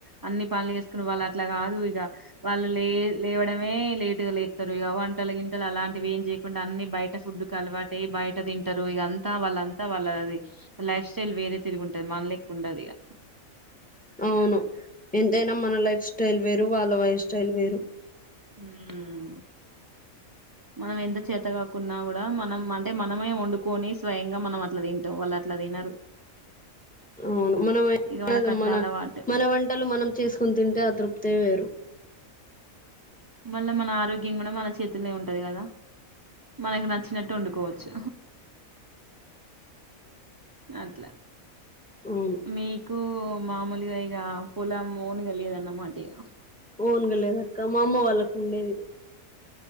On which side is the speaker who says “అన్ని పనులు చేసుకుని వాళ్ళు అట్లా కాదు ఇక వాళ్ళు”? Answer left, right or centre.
Right